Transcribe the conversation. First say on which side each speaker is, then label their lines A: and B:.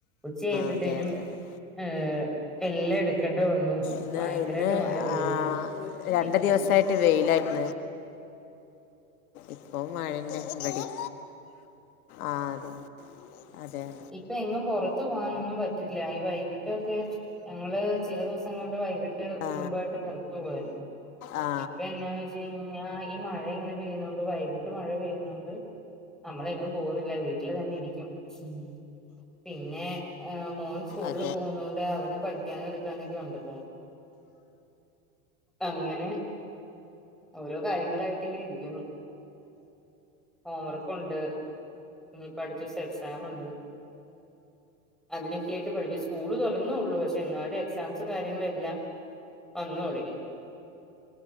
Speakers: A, in the centre; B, on the left.
A: ഉച്ചയ്പോത്തേനും
B: അതെ അതെ അതെ
A: ഹ എല്ലാം എടുക്കേണ്ട വന്നു
B: ഇന്ന്
A: ഭയങ്കരമായിട്ട്
B: ഇന്ന്
A: മഴ പെയ്തു
B: ആ
A: പിന്നെപ്പ
B: രണ്ട ദിവസായിട്ട് വെയിലായിരിന്ന് ഇപ്പൊ മഴന്നെ ഇമ്പടിം ആ അതേ അതെതെ
A: ഇപ്പ എങ്ങും പൊറത്ത് പോകാനൊന്നും പറ്റില്ല ഈ വൈകിട്ടൊക്കെ ഞങ്ങള് ചില ദിവസങ്ങളള് വൈകിട്ട്
B: ആ
A: കുടുംബ വായിട്ട് പൊറത്ത് പോവ്വാരുന്നു
B: ആ
A: ഇപ്പ എന്നാന്ന് വെച്ച് കഴിഞ്ഞാ ഈ മഴ ഇങ്ങനെ പെയ്യുന്നോണ്ട് വൈകിട്ട് മഴ പെയ്യുന്നോണ്ട് നമ്മൾ എങ്ങും പോവുന്നില്ല വീട്ട്ല് തന്നെ ഇരിക്കും ഉം പിന്നെ മോൻ സ്കൂൾ
B: അതെ
A: പോവുന്നോണ്ട് അവനും പഠി കാനും എടുക്കാനൊക്കെ ഉണ്ടല്ലോ അങ്ങനെ ഓരോ കാര്യങ്ങളായിട്ട് ഇങ്ങനെ ഇരിക്കുന്നു ഹോം വർക്കുണ്ട് ഇനിപ്പ അടുത്ത ദിവസം എക്സാം ഉണ്ട് അതിനൊക്കെ ആയിട്ട് <unintelligible> സ്കൂള് തൊറന്നൊള്ളൂ പക്ഷെ എന്നാലും എക്സാംസും കാര്യങ്ങളും എല്ലാം വന്ന് ഒടങ്ങി